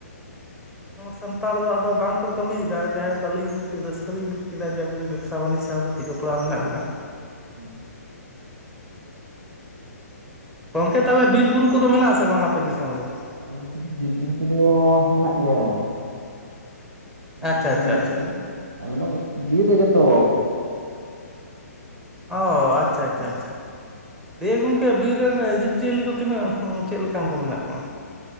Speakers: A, on the right (about 75°); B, in the centre.
A: <inaudible>
B: ᱥᱟᱱᱛᱟᱲ ᱫᱚ ᱟᱫᱚ ᱵᱟᱝᱠᱚ ᱠᱟᱹᱢᱤᱭᱮᱫᱟ, ᱡᱟᱭᱦᱳᱠ ᱟᱹᱞᱤᱧ ᱠᱟᱹᱴᱤᱡ ᱨᱟᱹᱥᱠᱟᱹ ᱞᱤᱧ ᱵᱩᱡ ᱠᱮᱫᱟ ᱡᱮ ᱟᱹᱵᱤᱱ ᱵᱮᱵᱽᱥᱟ ᱵᱟᱱᱤᱡᱽ ᱥᱟᱶ ᱛᱮ ᱡᱚᱯᱲᱟᱣ ᱢᱮᱱᱟᱜ ᱵᱤᱱᱟ᱾
A: ᱦᱮᱸ᱾
B: ᱜᱚᱝᱠᱮ ᱛᱟᱦᱞᱮ ᱵᱤᱨ ᱵᱩᱨᱩ ᱠᱚᱫᱚ ᱢᱮᱱᱟᱜ ᱟᱥᱮ ᱵᱟᱝ ᱟᱯᱮ ᱫᱤᱥᱚᱢ ᱨᱮᱫᱚ?
A: ᱟᱞᱮ ᱱᱚᱛᱮ ᱫᱚ ᱵᱤᱨ ᱵᱩᱨᱩ ᱠᱚᱫᱚ ᱢᱮᱱᱟᱜ ᱜᱮᱭᱟ᱾ ᱵᱤᱨ ᱵᱩᱧᱩ
B: ᱟᱪᱪᱷᱟ
A: ᱠᱚ
B: ᱟᱪᱪᱷᱟ
A: ᱢᱮᱱᱟᱜ
B: ᱟᱪᱪᱷᱟ
A: ᱜᱮᱭᱟ᱾ ᱟᱞᱮ ᱫᱚ ᱵᱤᱨ ᱨᱮᱜᱮ ᱛᱚ᱾
B: ᱚ ᱟᱪᱪᱷᱟ ᱟᱪᱪᱷᱟ
A: ᱛᱟᱞᱮ
B: ᱟᱪᱪᱷᱟ᱾ ᱫᱤᱭᱮ ᱜᱚᱝᱠᱮ ᱵᱤᱨ ᱨᱮᱱ ᱡᱤᱵᱽ ᱡᱤᱭᱟᱹᱞᱤ ᱠᱚ ᱛᱤᱱᱟᱹᱜ ᱦᱩᱸᱪᱮᱫ ᱞᱮᱠᱟᱱ ᱠᱚ ᱢᱮᱱᱟᱜ ᱠᱚᱣᱟ?